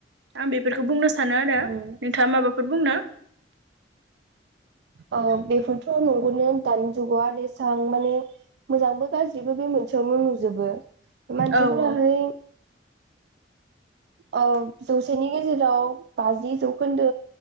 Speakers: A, on the right (about 80°); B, on the right (about 60°).
A: आं बेफोरखो बुंनो सानो आरो
B: औ
A: माबाफोर बुंनो
B: अ बेफोरथ नंगौनो दानि जुगाव आरोे एसां माने मोजांबो गाज्रिबो बे मोनसेयावनो नु जोबो मानसिफोराहाय
A: औ औ
B: अ जौसेनि नि गेजेराव बाजि जौखोन्दो